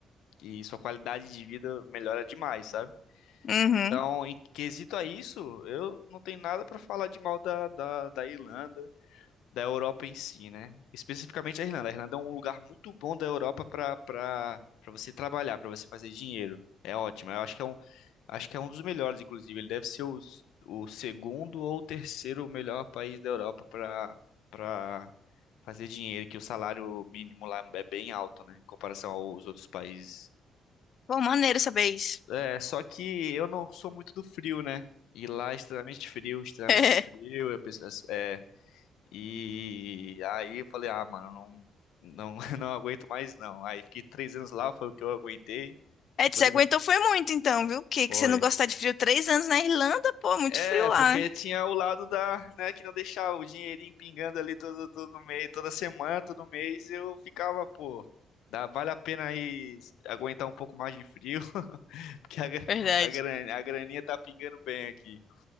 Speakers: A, on the left (about 85°); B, on the left (about 60°).
A: e sua qualidade de vida melhora demais, sabe?
B: uhum.
A: Então, em quesito a isso, eu não tenho nada pra falar de mal da, da, da Irlanda da Europa em si, né? Especificamente a Irlanda. A Irlanda é um lugar muito bom da Europa para para para você trabalhar, para você fazer dinheiro. É ótimo. Eu acho que é um acho que é um dos melhores, inclusive. Ele deve ser o, o segundo ou terceiro melhor país da Europa para para fazer dinheiro, que o salário mínimo lá é bem alto, né, em comparação aos outros países.
B: Pô, maneiro saber isso.
A: É, só que eu não sou muito do frio, né? E lá é extremamente frio, extremamente
B: <laughs>
A: frio. Eu penso, é, e aí eu falei, ah, mano, não, não, <laughs> não aguento mais não. Aí fiquei três anos lá, foi o que eu aguentei.
B: É,
A: Depois
B: você aguentou
A: eu botei.
B: foi muito então, viu? O que
A: Foi.
B: que você não gostar de frio? Três anos na Irlanda, pô, muito
A: É,
B: frio lá.
A: porque tinha o lado da, né, que não deixava o dinheirinho pingando ali todo, todo mês, toda semana, todo mês, eu ficava, pô, dá, vale a pena aí aguentar um pouco mais de frio, <laughs> porque a, gra-
B: Verdade.
A: a, gran- a graninha tá pingando bem aqui.